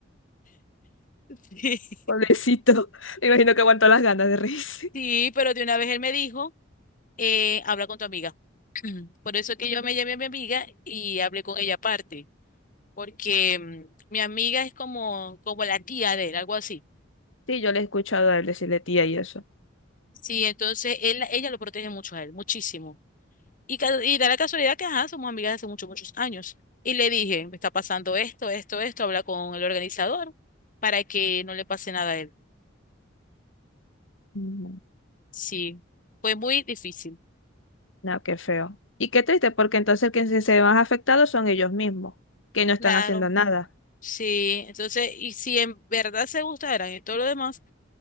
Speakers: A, on the left; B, on the left.
A: Sí,
B: pobrecito, me imagino que aguantó las ganas de reírse.
A: sí,
B: <laughs>
A: pero de una vez él me dijo, eh, habla con tu amiga. <clears throat> Por eso es que yo me llamé a mi amiga y hablé con ella aparte, porque mm, mi amiga es como, como la tía de él, algo así.
B: Sí, yo le he escuchado a él decirle tía y eso.
A: Sí, entonces él, ella lo protege mucho a él, muchísimo. Y, ca- y da la casualidad que, ajá, somos amigas de hace muchos, muchos años. Y le dije, me está pasando esto, esto, esto, habla con el organizador para que no le pase nada a él.
B: Mm,
A: Sí, fue muy difícil.
B: No, qué feo. Y qué triste, porque entonces quienes se se ven más afectados son ellos mismos, que no están
A: Claro,
B: haciendo nada.
A: sí. Entonces, y si en verdad se gustaran y todo lo demás,